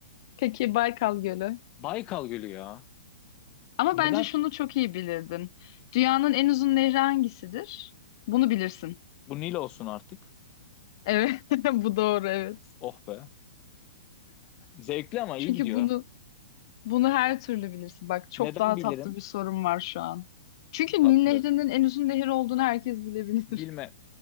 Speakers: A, on the left; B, on the left.
A: Peki Baykal Gölü.
B: Baykal Gölü ya.
A: Ama
B: Neden?
A: bence şunu çok iyi bilirdin. Dünyanın en uzun nehri hangisidir? Bunu bilirsin.
B: Bu Nil olsun artık.
A: Evet, <laughs> bu doğru evet.
B: Oh be. Zevkli ama iyi
A: Çünkü
B: gidiyor.
A: bunu bunu her türlü bilirsin. Bak çok
B: Neden
A: daha
B: bilirim?
A: tatlı bir sorum var şu an. Çünkü
B: Tatlı.
A: Nil Nehri'nin en uzun nehir olduğunu herkes bilebilir.
B: Bilme,